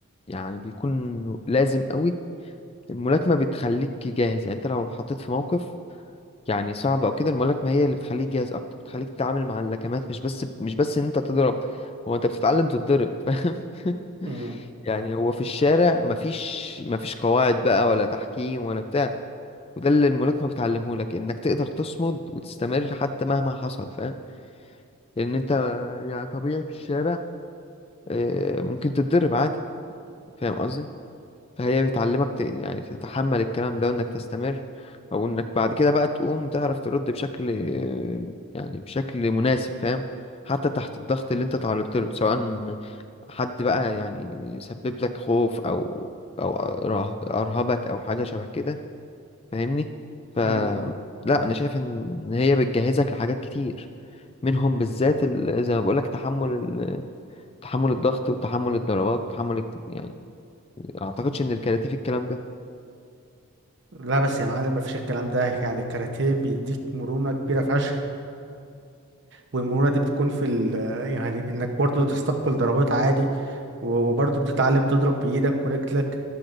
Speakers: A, on the left; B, on the right.
A: يعني بيكون لازم قوي الملاكمه بتخليك جاهز يعني انت لو حطيت في موقف يعني صعب او كده الملاكمه هي اللي بتخليك جاهز اكتر بتخليك تتعامل مع اللكمات مش بس مش بس ان انت تضرب هو انت بتتعلم تتضرب فاهم <laughs>
B: مم.
A: يعني هو في الشارع مفيش مفيش قواعد بقى ولا تحكيم ولا بتاع وده اللي الملاكمة بتعلمه لك انك تقدر تصمد وتستمر حتى مهما حصل فاهم لان انت يعني طبيعي في الشارع آه، ممكن تتضرب عادي فاهم قصدي فهي بتعلمك ت- يعني تتحمل الكلام ده وانك تستمر او انك بعد كده بقى تقوم تعرف ترد بشكل آه، يعني بشكل مناسب فاهم حتى تحت الضغط اللي انت تعرضت له سواء حد بقى يعني يسبب لك خوف او او أره- ارهبك او حاجه شبه كده فاهمني ف
B: مم.
A: لا انا شايف ان إن هي بتجهزك لحاجات كتير منهم بالذات ال- زي ما بقولك تحمل ال- تحمل الضغط وتحمل الضربات وتحمل ال- يعني ما اعتقدش ان الكاراتيه في الكلام ده
B: لا بس يا معلم مفيش الكلام ده يعني الكاراتيه بيديك مرونة كبيرة فشخ والمرونة دي بتكون في ال يعني انك برضو تستقبل ضربات عادي وبرضو بتتعلم تضرب بإيدك ورجلك